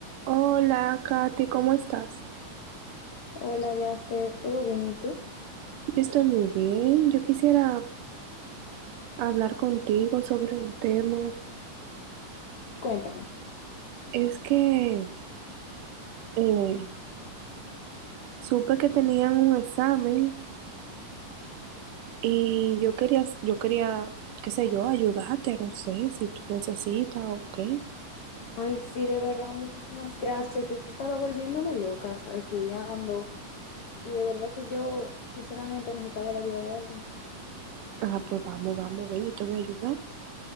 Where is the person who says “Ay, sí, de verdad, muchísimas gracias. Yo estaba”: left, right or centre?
Left